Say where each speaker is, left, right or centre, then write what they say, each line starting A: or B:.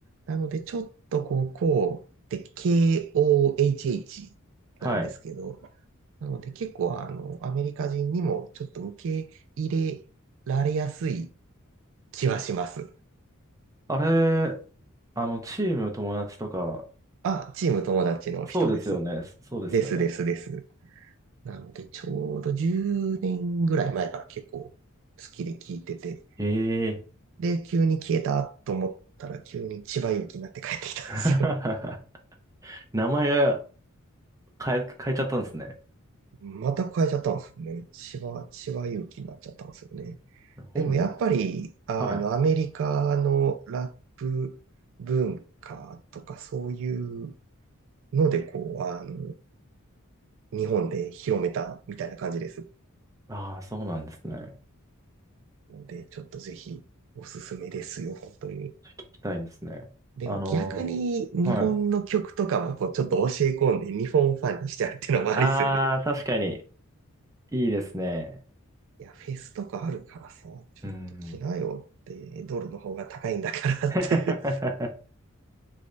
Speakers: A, on the right (about 60°); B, on the right (about 15°).
A: なので、ちょっとこう、こうって KOHH
B: はい。
A: なんですけど、なので結構あの、アメリカ人にもちょっと受け入れられやすい気はします。
B: あれ、あの、チーム友達とか、
A: あ、チーム友達の人です。
B: そうですよね。そうですよね。
A: ですですです。なので、ちょうど10年ぐらい前から結構好きで聞いてて、
B: へえ。
A: で、急に消えたと思ったら、急に千葉勇気になって帰ってきたんですよ。
B: <laughs> 名前が変え、変えちゃったんですね。
A: <laughs> また変えちゃったんですよね。千葉、千葉勇気になっちゃったんですよね。
B: 本名
A: でもやっぱり、あの、
B: はい。
A: アメリカのラップ文化とかそういうので、こう、あの、日本で広めたみたいな感じです。
B: ああ、そうなんですね。聞
A: ので、ちょっとぜひおすすめですよ、本当に。
B: きたいですね。
A: でも逆に日本の曲とかもこうちょっと教え込んで日本ファンにしちゃうっていうのもありですよね。
B: あの、はい。ああ、確かに、いいですね。
A: いや、フェスとかあるからさ、ちょっと着なよって、
B: うん。
A: ドルの方が高いんだから
B: <laughs>
A: <laughs> って。